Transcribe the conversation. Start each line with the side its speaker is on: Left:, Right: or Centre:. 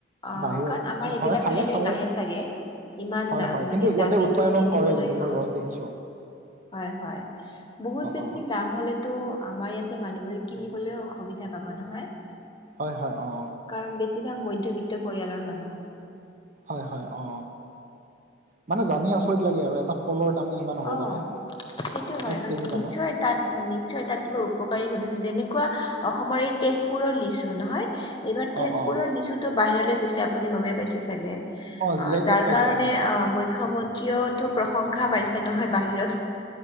Left: অ
Right: বাহিৰ
Left: অ কাৰণ আমাৰ এইবিলাক
Right: হয় খালে
Left: ঠাইলৈ
Right: খাব।
Left: নাহে চাগে ইমান
Right: হয়
Left: দাম
Right: হয়
Left: মানে
Right: কিন্তু ইয়াতে
Left: দামীটো
Right: উৎপাদন
Left: কিনিবলৈ
Right: কৰে কিন্তু মই
Left: অ
Right: গছ দেখিছো।
Left: হয় হয় বহুত বেছি।
Right: অ
Left: দাম হ'লেতো আমাৰ ইয়াতে মানুহবোৰে কিনিবলৈ অসুবিধা পাব নহয়।
Right: হয় হয় অ।
Left: কাৰণ বেছিভাগ মধ্যবৃত্ত পৰিয়ালৰ মানুহ।
Right: হয় হয় অ। মানে জানি আচৰিত লাগে আৰু এটা ফলৰ দামো ইমান হ'ব
Left: অ
Right: পাৰে
Left: সেইটো হয়
Right: এক
Left: হয়
Right: কেজিত
Left: নিশ্চয়
Right: আক।
Left: তাত নিশ্চয় তাত কিবা উপকাৰী গুণ আছে যেনেকুৱা অসমৰ এই তেজপুৰৰ লিচু নহয়। এইবাৰ তেজপুৰৰ
Right: অ অ
Left: লিচুতো বাহিৰলৈ গৈছে আপুনি গমেই পাইছে চাগে। অ
Right: জি আই টেগ
Left: যাৰ
Right: পাইছে
Left: কাৰণে
Right: অসমৰ
Left: অ মুখ্যমন্ত্ৰীয়েতো প্ৰশংসা পাইছে নহয় বাহিৰত।